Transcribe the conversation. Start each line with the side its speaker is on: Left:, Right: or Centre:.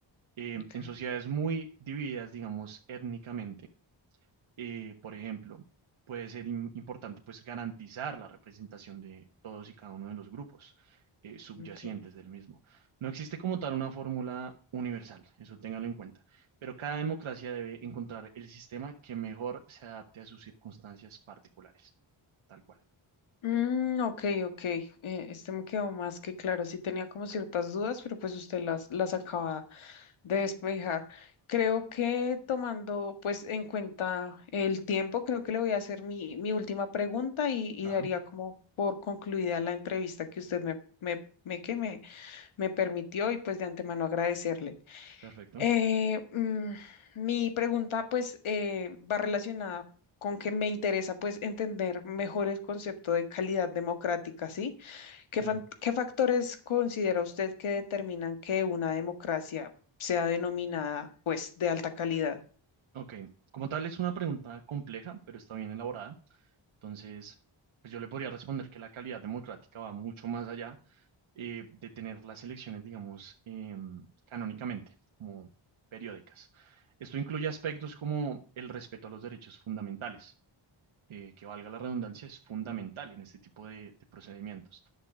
Right: Eh,
Left: ok,
Right: en sociedades muy divididas, digamos, étnicamente, eh, por ejemplo, puede ser im- importante pues garantizar la representación de todos y cada uno de los grupos eh, subyacentes
Left: ok.
Right: del mismo. No existe como tal una fórmula universal, eso téngalo en cuenta, pero cada democracia debe encontrar el sistema que mejor se adapte a sus circunstancias particulares, tal cual.
Left: Mm, ok, ok. eh, este me quedó más que claro. Sí tenía como ciertas dudas, pero pues usted las, las acaba de despejar. Creo que tomando pues en cuenta el tiempo, creo que le voy a hacer mi, mi última pregunta y, y
Right: Claro,
Left: daría como por concluida la entrevista que usted me, me, me, que me me permitió y pues de antemano agradecerle.
Right: perfecto.
Left: Eh, mm, mi pregunta pues eh, va relacionada con que me interesa pues entender mejor el concepto de calidad democrática, ¿sí? ¿Qué,
Right: Sí.
Left: fan- qué factores considera usted que determinan que una democracia sea denominada pues de alta calidad?
Right: Ok, como tal es una pregunta compleja, pero está bien elaborada, entonces pues yo le podría responder que la calidad democrática va mucho más allá eh, de tener las elecciones, digamos, em, canónicamente, como periódicas. Esto incluye aspectos como el respeto a los derechos fundamentales, eh, que valga la redundancia, es fundamental en este tipo de, de procedimientos.